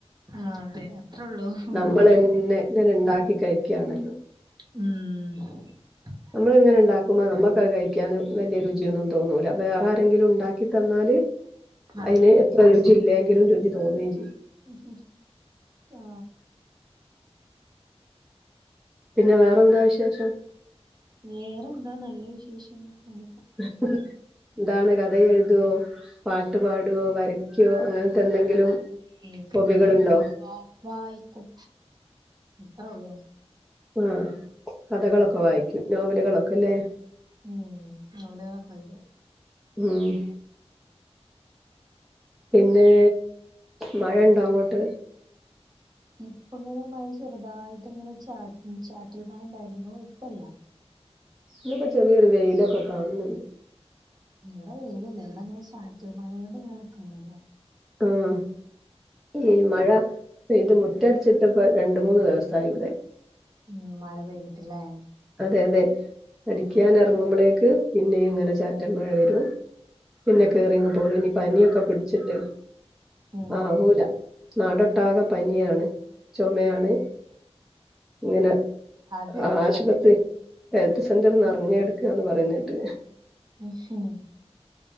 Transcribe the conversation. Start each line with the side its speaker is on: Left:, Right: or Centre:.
Right: ആഹ് അതെ അത്രേള്ളൂ ഉം
Centre: നമ്മളെന്നെ ഇങ്ങനെ ഇണ്ടാക്കി കഴിക്കയാണല്ലോ?
Right: ഉം
Centre: നമ്മള് ഇങ്ങനെ ഉണ്ടാക്കുമ്പോ നമ്മക്കത് കഴിക്കാന് വല്യ രുചിയൊന്നും തോന്നൂല്ല വേറെ ആരെങ്കിലും ഇണ്ടാക്കി തന്നാല്.
Right: ആ
Centre: അയിന് എത്ര രുചി ഇല്ലെങ്കിലും
Right: <unintelligible>
Centre: രുചി തോന്നുകയും ചെയ്യും
Right: ആ
Centre: പിന്നെ വേറെന്താ വിശേഷം?
Right: വേറെന്താ നല്ല വിശേഷം ഉം.
Centre: <unintelligible> <inaudible> എന്താണ് കഥ എഴുതോ പാട്ട് പാടോ വരക്കുവോ അങ്ങനത്തെ എന്തെങ്കിലും.
Right: <unintelligible>
Centre: ഹോബികളുണ്ടോ
Right: ഞൻ വായിക്കും എത്രേ ഒള്ളു.
Centre: ആഹ കഥകളൊക്കെ വായിക്കും നോവലുകളൊക്കെ ല്ലേ.
Right: ഉം നോവലുകളൊക്കെ വായിക്കും.
Centre: ഉം പിന്നെ. മഴണ്ടോ അങ്ങോട്ട്?
Right: ഇപ്പ ഇങ്ങനെ മഴ ചെറുതായിട്ട് ഇങ്ങനെ ചാ ചാറ്റൽ മഴ ഉണ്ടായിരുന്നു ഇപ്പല്ല.
Centre: ഇവിടെ ചെറിയൊരു വെയിലൊക്കെ കാണുന്നുണ്ട്.
Right: ഇവിടെ വെയിലില്ല ഇവിടെ ഇങ്ങനെ ചാറ്റൽ മഴോണ്ട് ഇങ്ങനെ നിക്ക്ന്നില്ല.
Centre: ആം ഈമഴ. പെയ്ത് മുറ്റടിച്ചിട്ടിപ്പ രണ്ട് മൂന്ന് ദിവസമായി ഇവിടെ.
Right: ഉ മഴ പെയ്തിട്ട് ല്ലേ?
Centre: അതെ അതെ അടിക്കൻ ഇറങ്ങുമ്പോളേക്ക് പിന്നെയും ഇങ്ങനെ ചാറ്റൻ മഴ വരൂ. പിന്നെ കേറിങ്ങ് പോരും ഇനി പനിയൊക്കെ പിടിച്ചിട്ട്
Right: ഉം
Centre: ആവൂല. ന്നാടൊട്ടാകെ പനിയാണ്. ചൊമയാണ്. ങ്ങനെ
Right: അതെ
Centre: ആശുപ
Right: അതെ
Centre: ഹെൽത്ത് സെന്ററ് നർഞ്ഞെട് ക്കാന്ന് പറയുന്നേട്ട്
Right: <unintelligible>